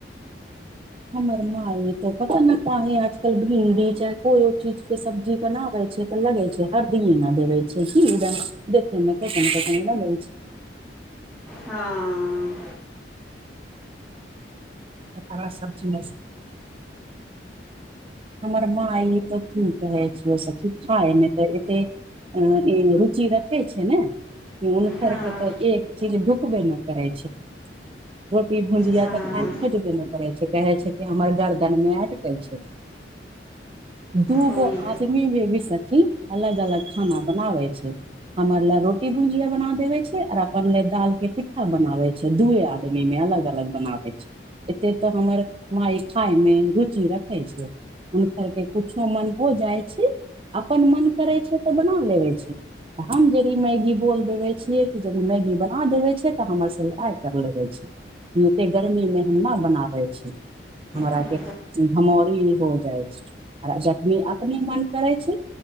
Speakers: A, on the right; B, in the centre.
A: हमर माय ते पता ने काहे आज कल भिर कोनो चीज के सब्जी बनाबै छै लगै छै हरदि महिना देवे छै की देखै मे केहन केहन लगै छै
B: हँ
A: हला सब्जी बस हमर माय त कि कहै छिय सखी खाय मे त एते अँ ई रुचि रखै छै ने हुनकर
B: हँ
A: के तऽ एक चीज ढुकबे न करै छै रोटी भुजिया
B: हँ
A: तऽ खाय खोजबे नै करै छै कहै छै कि हमर गर्दन मे अटकै छै दूगो
B: होइ
A: आदमी मे भी सखी अलग अलग खाना बनाबै छै हमर लेय रोटी भुंजिया बना देवे छै और अपन लेय दाल के टिट्ठा बनावै छै दुए आदमि मे अलग अलग बनाबै छै एते तऽ हमर माय खाय मे रुचि रखै छै हुनकर के कुछो मन हो जाइ छै अपन मन करै छै तऽ बना लेबे छै तऽ हम यदि मैगी बोल देबै छियै कि यदि मैगी बना देबै छियै तऽ हमर संग आर कर लगै छै एते गर्मी मे हम न बनाबै छी हमरा
B: हँ
A: के धमौरी हो जाइ छै आ जखनी अपने मन करै छै